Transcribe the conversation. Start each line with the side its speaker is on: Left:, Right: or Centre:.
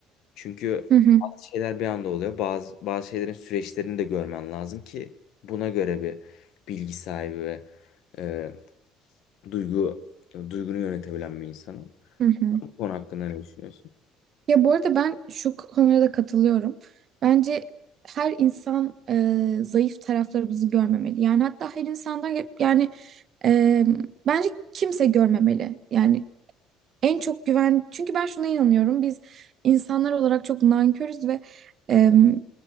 Left: Çünkü
Right: Hı hı.
Left: bazı şeyler bir anda oluyor. Bazı, bazı şeylerin süreçlerini de görmen lazım ki buna göre bir bilgi sahibi ve e, duygu duygunu yönetebilen bir insan ol.
Right: Hı hı.
Left: Bu konu hakkında ne düşünüyorsun?
Right: Ya bu arada ben şu konuya da katılıyorum. Bence her insan e, zayıf taraflarımızı görmemeli. Yani hatta her insandan yani e, bence kimse görmemeli. Yani en çok güven çünkü ben şuna inanıyorum biz insanlar olarak çok nankörüz ve em,